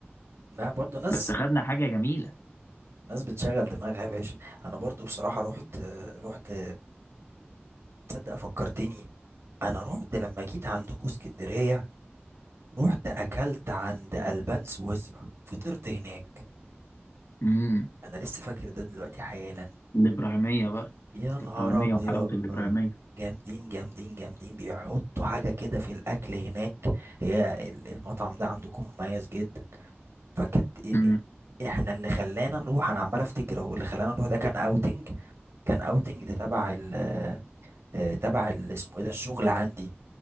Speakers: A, on the right (about 85°); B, on the left (about 75°).
A: ما برضه ناس
B: بس خدنا حاجة جميلة
A: ناس بتشغل دماغها يا باشا انا برضه بصراحة رحت رحت تصدق فكرتني انا رحت لما جيت عندكم اسكندرية رحت اكلت عند البان سويسرا فطرت هناك
B: امم
A: انا لسه فاكر ده دلوقتي حالا
B: الإبراهيمية بقى
A: يا نهار
B: الإبراهيمية
A: ابيض
B: وحلاوة الإبراهيمية
A: جامدين جامدين جامدين بيحطوا حاجه كده في الاكل هناك هي ال- المطعم ده عندكم مميز جدا فكانت إ-
B: امم
A: إ- احنا اللي خلانا نروح انا عمال افتكر هو اللي خلانا نروح ده كان اوتنج كان اوتنج ده تبع ال آه، تبع ال- اسمه ايه ده الشغل عندي